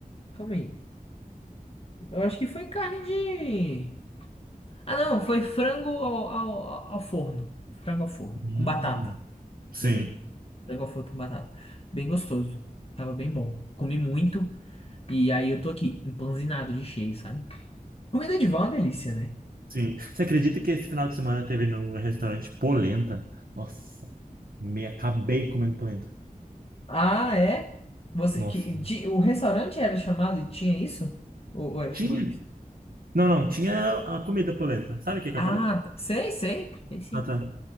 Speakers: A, on the left; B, on the right.
A: calma aí, eu acho que foi carne de... Ah, não, foi frango ao, ao, ao forno, frango ao forno,
B: Hum,
A: com batata,
B: sim,
A: lembrei. Frango ao forno com batata, bem gostoso, tava bem bom. Comi muito e aí eu tô aqui, empanzinado de cheio, sabe? Comida de vó é uma delícia, né?
B: sim. Você acredita que esse final de semana teve no restaurante polenta? Nossa, me acabei comendo polenta.
A: Ah, é? Você
B: Nossa.
A: que de- o restaurante era chamado e tinha isso? Ou, ou era
B: Tinha?
A: chamado isso?
B: Não, não, tinha a comida polenta. Sabe o que que
A: Ah,
B: é polenta?
A: tá. Sei, sei. Sei sim.
B: Ah, tá.